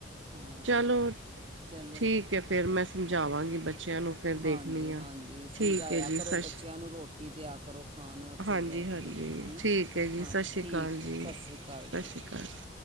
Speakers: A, on the right; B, on the right.
A: ਹਾਂ
B: ਚਲੋ
A: ਚਲੋ
B: ਠੀਕ ਏ ਫੇਰ ਮੈਂ ਸਮਝਾਵਾਂਗੀ ਬੱਚਿਆਂ ਨੂੰ। ਫਿਰ
A: ਹਾਂਜੀ
B: ਦੇਖਣੀ ਆ
A: ਹਾਂਜੀ
B: ਠੀਕ
A: ਸਮਝਾਇਆ
B: ਹੈ ਜੀ
A: ਕਰੋ
B: ਸਤਿ ਸ਼੍ਰੀ
A: ਬੱਚਿਆਂ ਨੂੰ ਰੋਟੀ ਦਿਆ ਕਰੋ ਖਾਣ ਵਾਸ
B: ਹਾਂਜੀ
A: <unintelligible>
B: ਹਾਂਜੀ
A: ਜਿੰਨ ਹੈਨਾ
B: ਠੀਕ ਹੈ ਜੀ
A: ਹਾਂ
B: ਸਤਿ ਸ਼੍ਰੀ
A: ਠੀਕ
B: ਅਕਾਲ ਜੀ
A: ਏ ਸਤਿ ਸ਼੍ਰੀ ਅਕਾਲ
B: ਸਤਿ
A: ਜੀ।
B: ਸ਼੍ਰੀ ਅਕਾਲ